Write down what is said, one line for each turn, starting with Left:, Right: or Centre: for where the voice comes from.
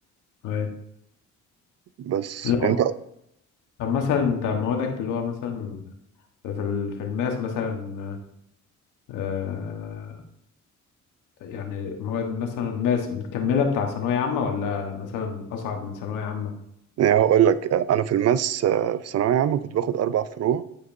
Left: ايوه
Right: بس
Left: اللي هو
Right: انت
Left: طب مثلا انت موادك اللي هو مثلا في ال- في الماس مثلا آه يعني مواد مثلا ماس مكمله بتاع ثانويه عامه ولا مثلا اصعب من ثانويه عامه
Right: يعني هقول لك آه، انا في الماس آه، في ثانويه عامه كنت باخد اربع فروع